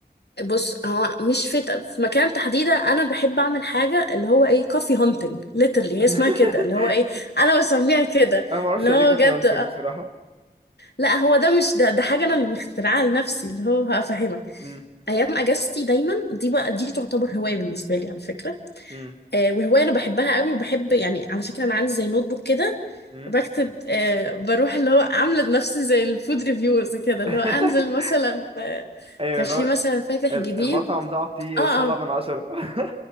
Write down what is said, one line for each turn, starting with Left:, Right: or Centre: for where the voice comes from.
Left: بص هو مش في في مكان تحديدا انا بحب اعمل حاجة اللي هو ايه كوفي هانتنج ليترلي
Right: <laughs>
Left: هي اسمها كده اللي هو ايه انا بسميها كده
Right: انا ما اعرفش
Left: اللي
Right: يعني
Left: هو
Right: ايه كوفي
Left: بجد
Right: هانتنج
Left: آه،
Right: بصراحة
Left: لا هو ده مش ده ده حاجة انا اللي مخترعاها لنفسي اللي هو هفهمك
Right: امم
Left: ايام اجازتي دايما دي بقى دي تعتبر هوايه بالنسبه لي على فكره
Right: امم
Left: آه وهوايه انا بحبها قوي وبحب يعني على فكره انا عندي زي نوت بوك كده
Right: امم
Left: بكتب آه بروح اللي هو عاملة نفسي زي الفود ريفيورز كده اللي
Right: <laughs>
Left: هو انزل مثلا آه
Right: ايوه
Left: كان
Right: اللي
Left: في
Right: هو
Left: مثلا فاتح
Right: ال-
Left: جديد
Right: المطعم ده اعطيه
Left: اه
Right: سبعة
Left: اه
Right: من عشرة <laughs>